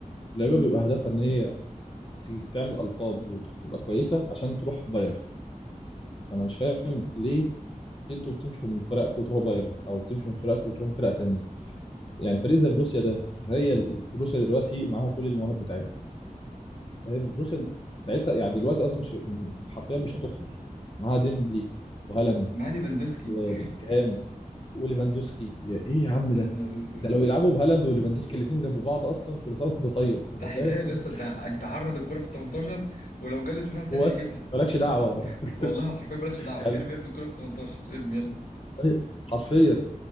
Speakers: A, on the left; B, on the left.
A: اللعيبه
B: مم.
A: بيبقى هدفها ان هي ت- تعمل القاب وتبقى كويسه عشان تروح بايرن انا مش فاهم ليه انتوا بتمشوا من فرقكم وتروحوا بايرن او بتمشوا من فرقكم وتروحوا فرقه تانية يعني فريق زي بروسيا ده تخيل بروسيا دلوقتي معاها كل المواهب بتاعتها فاهم بروسيا ساعتها
B: مم.
A: يعني دلوقتي قصدي مش حرفيا مش هتقهر معاها ديمبلي وهالاند
B: معاه ليفاندوسكي
A: وبلينجهام وليفاندوسكي يا ايه يا عم
B: <laughs> يا
A: ده
B: نهار اسود
A: ده لو يلعبوا بهالاند وليفاندوسكي الاثنين جنب بعض اصلا كل سنه وانت طيب يعني
B: ده هيتقل
A: فاهم <laughs>
B: لسه انت انت عرض الكرة في 18 ولو جلت من واحد تاني
A: وبس
B: هيجيبها
A: مالكش دعوه <laughs>
B: والله هو حرفيا مالكش دعوة
A: يعني
B: ارمي يا ابني الكرة في 18 ارمي يلا
A: إيه، حرفيا